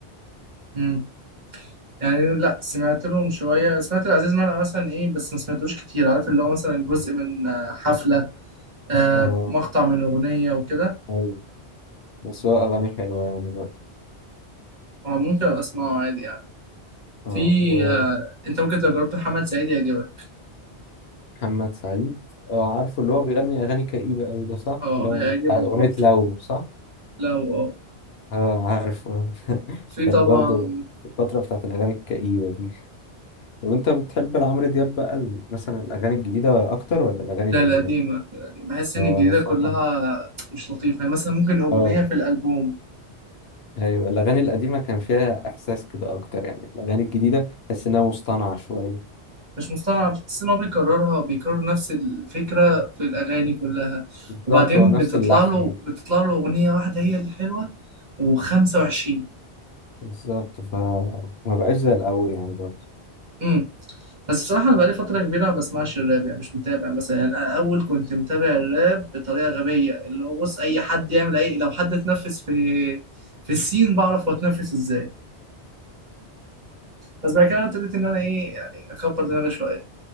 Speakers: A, on the right; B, on the left.
A: امم يعني لا سمعت لهم شوية سمعت لعزيز مرقة مثلا ايه بس ما سمعتلوش كتير عارف اللي هو مثلا جزء من آه، حفلة آه
B: اه
A: مقطع من أغنية وكده
B: ايوه بس هو أغاني حلوة يعني برضه
A: آه، ممكن أبقى أسمعه عادي يعني
B: اه
A: في آه انت ممكن لو جربت محمد سعيد يعجبك
B: ومحمد سعيد اه عارفه اللي هو بيغني أغاني كئيبة أوي ده صح؟
A: اه
B: اللي هو
A: هيعجبك
B: بتاع أغنية
A: برضه
B: لو صح؟
A: لا هو اه
B: اه عارفه <laughs>
A: في
B: كان
A: طبعا
B: برضه الفترة بتاعت الأغاني الكئيبة دي طب أنت بتحب لعمرو دياب بقى ال- مثلا الأغاني الجديدة أكتر ولا الأغاني
A: لا
B: القديمة؟
A: القديمة القديمة بحس إن
B: اه
A: الجديدة
B: أنا بصراحة
A: كلها مش لطيفة يعني مثلا ممكن أغنية
B: اه
A: في الألبوم
B: أيوة الأغاني القديمة كان فيها إحساس كده أكتر يعني الأغاني الجديدة تحس إنها مصطنعة شوية
A: مش مصطنعة بتحس إن هو بيكررها بيكرر نفس الفكرة في الأغاني كلها
B: بالظبط
A: وبعدين
B: هو نفس
A: بتطلع
B: اللحن
A: له بتطلع له أغنية واحدة هي الحلوة وخمسة وعشرين
B: بالظبط فما بقاش زي الأول يعني برضه
A: امم بس بصراحة أنا بقالي فترة كبيرة ما بسمعش الراب يعني مش متابع مثلا يعني أنا أول كنت متابع الراب بطريقة غبية اللي هو بص أي حد يعمل أي لو حد اتنفس في في السين بعرف هو اتنفس إزاي بس بعد كده ابتديت إن أنا إيه يعني أكبر دماغي شوية